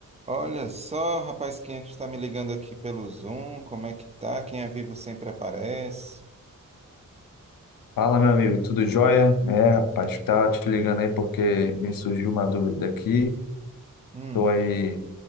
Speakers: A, on the right; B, on the left.
A: Olha só, rapaz, quem é que está me ligando aqui pelo Zoom? Como é que tá? Quem é vivo sempre aparece.
B: Fala, meu amigo, tudo jóia? É, rapaz, tá te ligando aí porque me surgiu uma dúvida aqui.
A: Hum,
B: Tô aí,